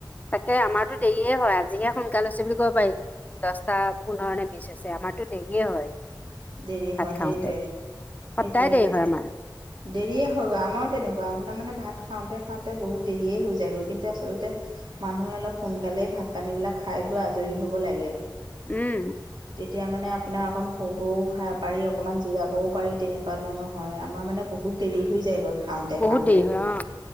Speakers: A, on the left; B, on the right.
A: তাকে আমাৰতো দেৰিয়ে হয় আজি জিহে সোনকাল হৈছে বুলি ক'ব পাৰি, দহটা-পোন্ধৰ নে বিছ হৈছে, আমাৰতো দেৰিয়ে হয়।
B: দেৰি
A: ভাত
B: হয়
A: খাওঁতে।
B: সেইটোৱে,
A: সদায়
B: সেইটোৱে সেইটোৱে।
A: দেৰি হয় আমাৰ
B: দেৰিয়ে হয় গৈ আমাৰো তেনেকুৱা। আপোনাৰ মানে ভাত খাওঁতে খাওঁতে বহুত দেৰিয়ে হৈ যায়গৈ, কিন্তু আচলতে মানুহে অলপ সোনকালেই ভাত পানী বিলাক খাই বৈ আজৰি হ'ব লাগে।
A: উম।
B: তেতিয়া মানে আপোনাৰ অকণ <unintelligible> ঔ, ভাই পাৰি অকমান জিৰাবও পাৰি তেনেকুৱা ধৰণৰ হয় আমাৰ মানে বহুত দেৰি হৈ যায়গৈ। খাওন্তে,
A: বহুত
B: খাওন্তে
A: দেৰি হয়
B: গৈ
A: অ